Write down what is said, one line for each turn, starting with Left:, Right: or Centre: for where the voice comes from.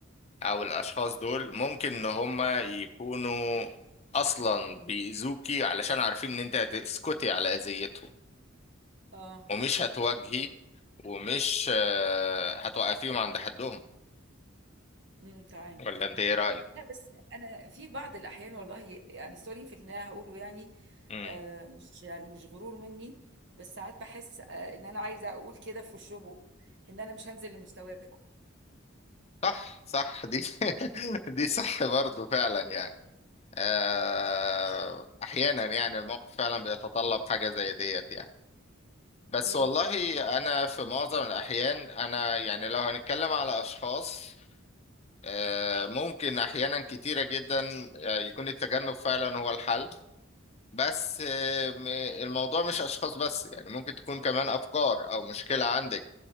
Left: او الاشخاص دول ممكن ان هما يكونوا اصلا بيأذوكي علشان عارفين ان انت هتسكتي على اذيتهم
Right: اه
Left: ومش هتواجهي ومش آه، هتوقفيهم عند حدهم
Right: امم تمام
Left: ولا انت ايه رأيك
Right: لا بس انا في بعض الاحيان والله يعني سوري في اللي انا هقوله يعني
Left: امم
Right: آه مش يعني مش غرور مني بس ساعات بحس آه ان انا عايزه اقول كده في وشهم ان انا مش هنزل لمستواكم
Left: صح صح دي <laughs> دي صح برضو فعلا يعني آه، احيانا يعني الموقف فعلا بيتطلب حاجة زي ديت يعني بس
Right: امم
Left: والله انا في معظم الاحيان انا يعني لو هنتكلم على اشخاص آه، ممكن أحيانا كتيرة جدا آه، يكون التجنب فعلا هو الحل بس آه، م- الموضوع مش أشخاص بس يعني ممكن تكون كمان أفكار أو مشكلة عندك